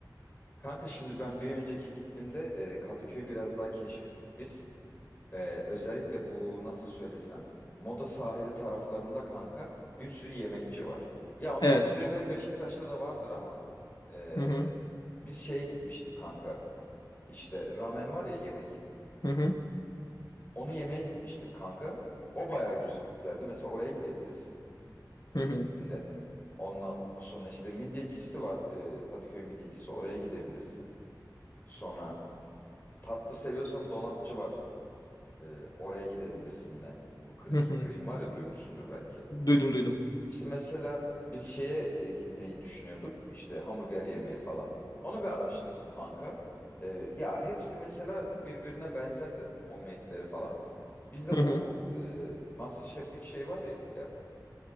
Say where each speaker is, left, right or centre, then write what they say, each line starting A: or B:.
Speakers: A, on the left; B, on the left.
A: kanka şimdi ben bir önceki gittiğimde e, Kadıköy'ü biraz daha keşfettik biz. Ee, özellikle bu nasıl söylesem Moda sahili taraflarında kanka bir sürü yemekçi var. Ya onların
B: Evet.
A: türevleri Beşiktaş'ta da vardır ama ee,
B: Hı hı.
A: biz şeye gitmiştik kanka. İşte ramen var ya yemek.
B: Hı hı.
A: Onu yemeye gitmiştik kanka. O bayağı güzeldi. Mesela oraya gidebilirsin e,
B: Hı hı.
A: gittiğinde. Ondan sonra işte midyecisi var. e, Kadıköy midyecisi. Oraya gidebilirsin. Sonra tatlı seviyorsan donatçı var. Ee, oraya gidebilirsin yine. Bu Krispy
B: Hı hı.
A: Kreme var ya duymuşsundur belki.
B: Duydum duydum.
A: İşte mesela biz şeye e, gitmeyi düşünüyorduk. İşte hamburger yemeye falan. Onu bir araştırdık kanka. Ee, ya hepsi mesela birbirine benzerdi. Homemade'leri falan. Biz de
B: Hı
A: bu
B: hı.
A: e, MasterChef'teki şey var ya. ya,